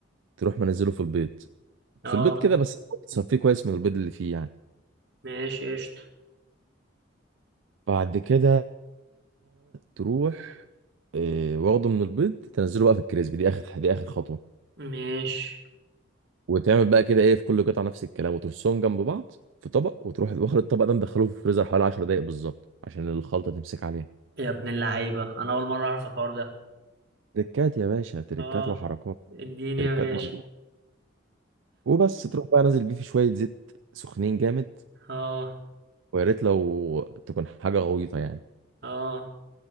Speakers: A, on the right (about 75°); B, on the right (about 55°).
A: تروح منزله في البيض
B: اه
A: في البيض كده بس تصفيه كويس من البيض اللي فيه يعني
B: ماشي قشطة
A: بعد كده تروح إيه، واخده من البيض تنزله بقى في الكريسبي دي اخر دي اخر خطوه
B: ماشي
A: وتعمل بقى كده ايه في كل قطعه نفس الكلام وترصهم جنب بعض في طبق وتروح واخد الطبق ده مدخله في الفريزر حوالي 10 دقائق بالظبط عشان الخلطه تمسك عليها
B: يا ابن اللعيبة انا اول مرة اعرف الحوار ده
A: تركات يا باشا تركات
B: اه
A: وحركات
B: اديني
A: تركات
B: يا باشا
A: ممدوح وبس تروح بقى نازل بيه في شويه زيت سخنين جامد
B: اه
A: ويا ريت لو تكون حاجه غويطه يعني
B: اه